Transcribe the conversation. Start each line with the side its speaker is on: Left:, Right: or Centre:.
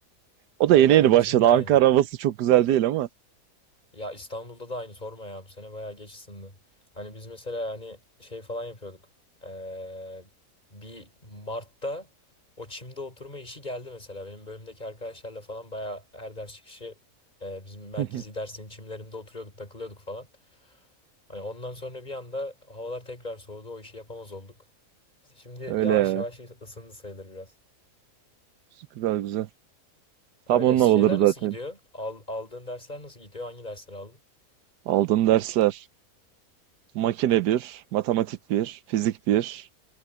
Right: O da
Left: Öyle
Right: yeni yeni
Left: öyle
Right: başladı.
Left: bizim de
Right: Ankara
Left: aynı.
Right: havası çok güzel değil ama.
Left: Ya İstanbul'da da aynı sorma ya bu sene bayağı geç ısındı. Hani biz mesela hani şey falan yapıyorduk. Ee, bir Mart'ta o çimde oturma işi geldi mesela. Benim bölümdeki arkadaşlarla falan bayağı her ders çıkışı e, bizim merkezi
Right: <laughs>
Left: dersin çimlerinde oturuyorduk takılıyorduk falan. Hani ondan sonra bir anda havalar tekrar soğudu o işi yapamaz olduk. İşte şimdi
Right: Öyle
Left: yavaş
Right: ya.
Left: yavaş ısındı sayılır biraz.
Right: Güzel güzel. Tam
Left: Öyle
Right: onun
Left: şeyler
Right: havaları zaten.
Left: nasıl gidiyor? Al- aldığın dersler nasıl gidiyor? Hangi dersleri aldın?
Right: Aldığım dersler. Makine bir, matematik bir, fizik bir,